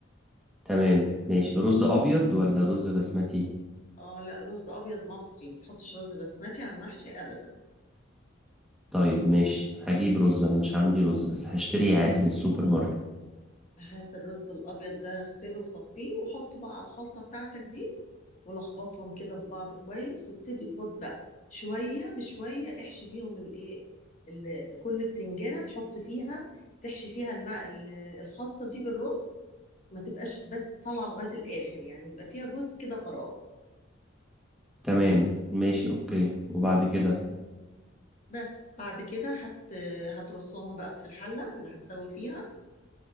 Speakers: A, in the centre; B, on the left.
A: تمام ماشي رز أبيض ولا رز بسمتي
B: اه لا رز ابيض مصري ما تحطش رز بسمتي على المحشي ابدا
A: طيب ماشي هجيب رز أنا مش عندي رز بس هشتريه عادي من السوبر ماركت
B: هات الرز الابيض ده اغسله وصفيه وحطه بقى على الخلطه بتاعتك دي ولخبطهم كده في بعض كويس وابتدي خد بقى شويه بشويه احشي بيهم الايه ال- كل بتنجانه تحط فيها تحشي فيها الماء ال- الخلطه دي بالرز ما تبقاش بس طالعه لغايه الاخر يعني يبقى فيها جزء كده فراغ
A: تمام ماشي أوكي وبعد كده
B: بس بعد كده هت هترصهم بقى في الحله اللي هتسوي فيها